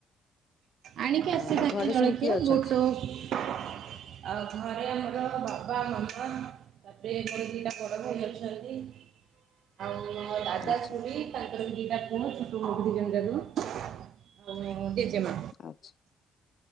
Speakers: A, on the right; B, on the left.
A: ଆଣିକି
B: ଆଉ
A: ଆସିଚି <unintelligible>
B: ଘରେ
A: ଜଳଖିଆ
B: ସବୁ କିଏ ଅଛନ୍ତି?
A: ବୋଟ ଆଉ ଘରେ ଆମ ର ବାବା, ମାମା ତା ପରେ ମୋର ଦିଇଟା ବଡ ଭାଇ ଅଛନ୍ତି। ଆଉ ମୋ ଦାଦା,
B: ଆଚ୍ଛା
A: ଖୁଡ଼ି ତାଙ୍କ୍ ଙ୍କର ଦିଇଟା ପୁଅ ଛୋଟୁ, ମୋଟୁ ଦିଜଣ ଯାକ ଆଉ ମୋ ଜେଜେମା।
B: ଆଚ୍ଛା